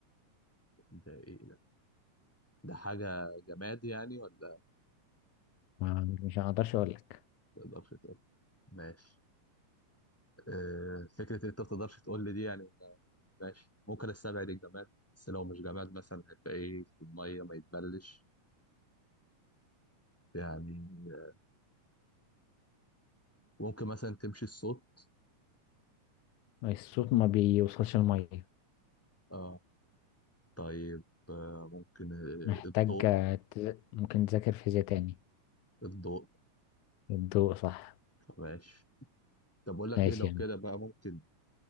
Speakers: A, in the centre; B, on the left.
A: <laughs> ده ايه ده ده حاجه جماد يعني ولا
B: ما مش هقدرش اقول لك
A: تقدرش تقول ماشي آه فكره إن انت ما تقدرش تقول لي دي يعني ماشي ممكن استبعد الجماد بس لو مش جماد مثلا هيبقى ايه في الميه ما يتبلش يعني آه، ممكن مثلا تمشي الصوت
B: الصوت ما بيوصلش المية
A: اه طيب آه ممكن آه،
B: محتاج
A: الضوء
B: آه، تز- ممكن تذاكر فيزياء تاني
A: الضوء
B: الضوء صح
A: ماشي طب بقول لك
B: ماشي
A: ايه لو
B: يعني
A: كده بقى ممكن